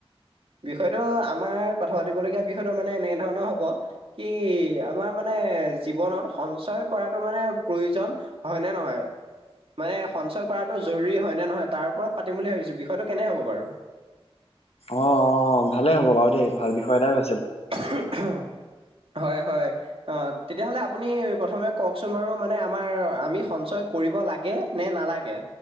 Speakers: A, on the right; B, on the left.
A: বিষয়টো আমাৰ কথা পাতিবলগীয়া বিষয়তো মানে এনে ধৰণৰ হব, কি আমাৰ মানে জীৱনত সঞ্চয় কৰাটো মানে প্ৰয়োজন হয় ন নহয়? মানে সঞ্চয় কৰাতটো জৰুৰী হয় নে নহয় তাৰ ওপৰত পাতিম বুলি ভাবিছো, বিষয়টো কেনে হ'ব বাৰু। <unintelligible>
B: অ' অ' ভালেই হ'ব বাৰু দেই, ভাল বিষয় এটাই ভ
A: হ <unintelligible> হয় হয়, অ', তেতিয়াহলে আপুনি প্ৰথমে কওঁকচোন বাৰু মানে আমাৰ আমি সঞ্চ কৰিব লাগে নে নালাগে